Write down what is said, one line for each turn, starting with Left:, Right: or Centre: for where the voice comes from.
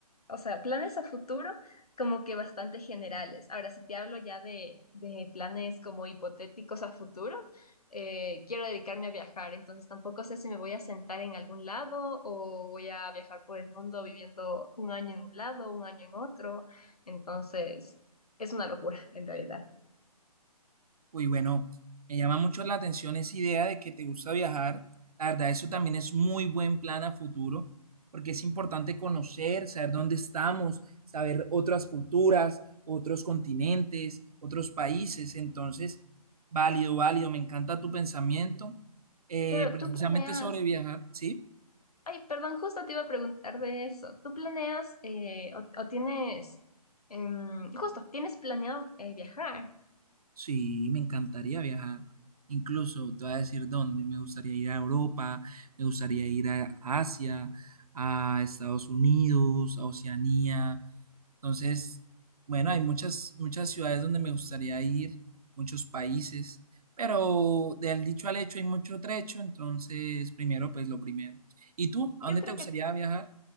Left: o sea, planes a futuro como que bastante generales. Ahora, si te hablo ya de, de planes como hipotéticos a futuro, eh, quiero dedicarme a viajar, entonces tampoco sé si me voy a sentar en algún lado o voy a viajar por el mundo viviendo un año en un lado, un año en otro. Entonces, es una locura en realidad.
Right: Uy, bueno, me llama mucho la atención esa idea de que te gusta viajar. La verdad, eso también es muy buen plan a futuro, porque es importante conocer, saber dónde estamos, saber otras culturas, otros continentes, otros países. Entonces, válido, válido, me encanta tu pensamiento, eh,
Left: Pero
Right: precisamente
Left: tú planeas,
Right: sobre viajar, ¿sí?
Left: ay, perdón, justo te iba a preguntar de eso. ¿Tú planeas eh, o, o tienes, em, justo, tienes planeado eh, viajar?
Right: Sí, me encantaría viajar. Incluso te voy a decir dónde. Me gustaría ir a Europa, me gustaría ir a Asia, a Estados Unidos, a Oceanía. Entonces, bueno, hay muchas, muchas ciudades donde me gustaría ir, muchos países, pero del dicho al hecho hay mucho trecho, entonces primero, pues lo primero. ¿Y tú? ¿A
Left: Yo
Right: dónde
Left: creo
Right: te gustaría
Left: que,
Right: viajar?